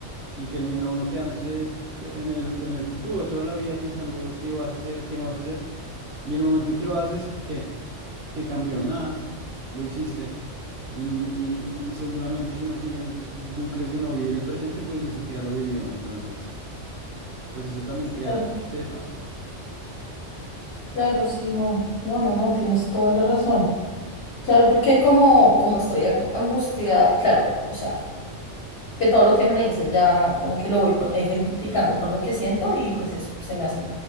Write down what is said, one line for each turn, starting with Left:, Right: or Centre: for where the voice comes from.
Right: Y termina uno quedándose en el, en el futuro, toda la vida pensando qué vas a hacer, qué no vas a hacer. Y el momento en que lo haces, ¿qué? ¿Qué cambió? Nada, lo hiciste. Y, y- y- y seguramente si uno sigue en esos bucles de no vivir el presente, pues ni siquiera lo vivió. Entonces, pues eso también crea
Left: Claro,
Right: tristeza.
Left: claro, sí, no, no, no, no, tienes toda la razón. Claro, porque como, como estoy ang- angustiada, claro, o sea, que todo lo que me dices ya como que lo voy por- ejemplificando con lo que siento y pues es- se me hace